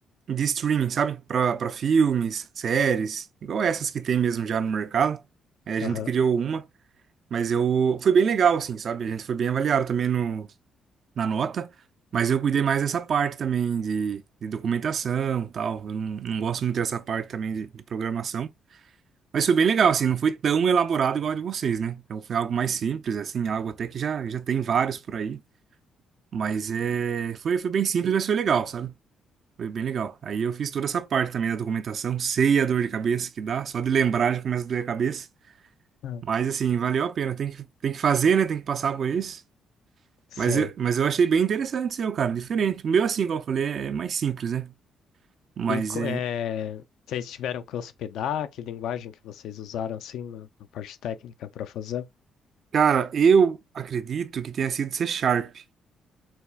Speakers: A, on the right (about 55°); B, on the left (about 80°).
A: de streaming, sabe? Para para filmes, séries, igual essas que tem mesmo já no mercado. É, a
B: Aham.
A: gente criou uma. Mas eu. Foi bem legal, assim, sabe? A gente foi bem avaliado também no, na nota. Mas eu cuidei mais dessa parte também de, de documentação e tal. Eu não, não gosto muito dessa parte também de, de programação. Mas foi bem legal, assim, não foi tão elaborado igual a de vocês, né? Então foi algo mais simples, assim, algo até que já, já tem vários por aí. Mas é, foi, foi bem simples, mas foi legal, sabe? Foi bem legal. Aí eu fiz toda essa parte também da documentação, sei a dor de cabeça que dá, só de lembrar já começa a doer a cabeça.
B: Ah,
A: Mas assim, valeu a pena, tem que, tem que fazer, né? Tem que passar por isso.
B: Sim.
A: Mas eu, mas eu achei bem interessante o seu, cara, diferente. O meu, assim, como eu falei, é é mais simples, né? Mas,
B: E co-
A: é,
B: eh, vocês tiveram que hospedar? Que linguagem que vocês usaram assim na, na parte técnica para fazer?
A: cara, eu acredito que tenha sido C Sharp